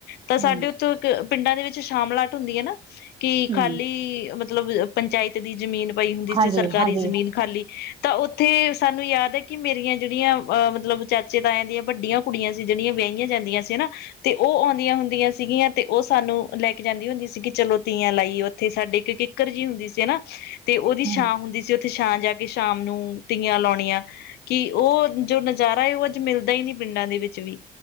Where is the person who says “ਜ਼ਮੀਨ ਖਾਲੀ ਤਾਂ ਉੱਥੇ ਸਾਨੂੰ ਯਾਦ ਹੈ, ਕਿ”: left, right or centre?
Left